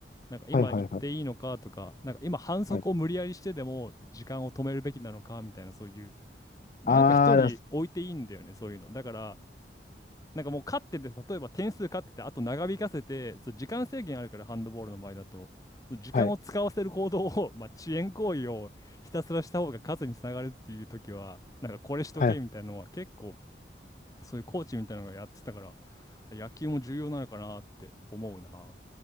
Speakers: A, on the left (about 20°); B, on the left (about 40°).
A: なんか今行っていいのかとか、
B: はいはいはい。
A: なんか今反則を無理やりしてでも時間を止めるべきなのかみたいなそういう、
B: はい。
A: まあなんか一人置いていいんだよね、
B: あー、だす
A: そういうの。だから、なんかもう勝ってて、例えば点数勝ってて、あと長引かせて、そう時間制限あるから、ハンドボールの場合だと、そう時間を使わせる行動を、
B: はい。
A: <laughs> まあ遅延行為をひたすらした方が勝つにつながるっていう時は、なんかこれしとけみたいなのは結構、
B: はい。
A: そういうコーチみたいなのがやってたから、野球も重要なのかなって思うな。